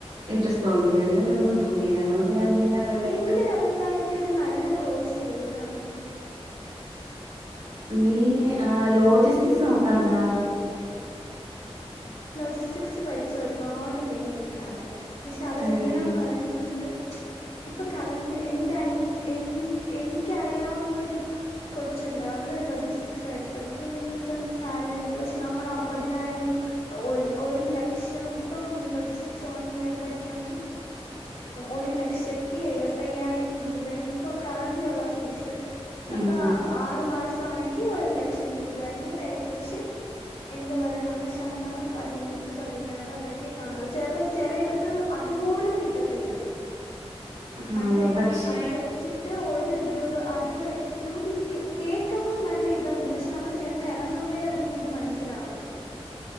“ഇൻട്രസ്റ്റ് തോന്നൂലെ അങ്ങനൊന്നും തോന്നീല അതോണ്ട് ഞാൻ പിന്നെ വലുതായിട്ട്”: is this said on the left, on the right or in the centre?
Right